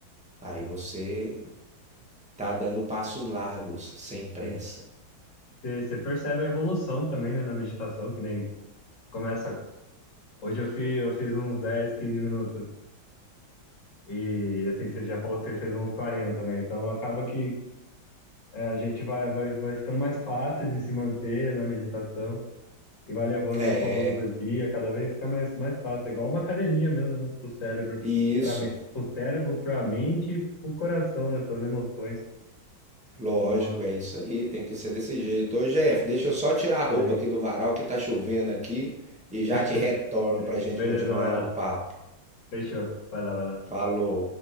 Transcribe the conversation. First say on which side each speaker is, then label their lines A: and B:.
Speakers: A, in the centre; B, on the left (about 65°).
A: aí você tá dando passos largos, sem pressa.
B: sim. Você percebe a evolução também, né, na meditação, que nem começa, hoje eu fiz, eu fiz uns 10 15 minutos, e assim, você já falou que você fez uns quarenta né, então acaba que é, a gente vai, vai, vai ficando mais fácil de se manter na meditação. e vai levando
A: É,
B: isso ao longo do dia, cada vez fica mais, mais fácil. É igual uma academia mesmo, né? Do cérebro
A: e isso,
B: para me... o cérebro para a mente e o coração, né? Para as emoções.
A: Lógico,
B: Boa,
A: é isso aí, tem que ser desse jeito. Ô, Jeff, deixa eu só tirar a
B: falei.
A: roupa aqui do varal que tá chovendo aqui e já
B: <laughs>
A: te
B: Fechou.
A: retorno pra gente
B: Beleza,
A: continuar
B: vai lá.
A: o papo.
B: Fechou. Vai lá, vai lá.
A: Falou.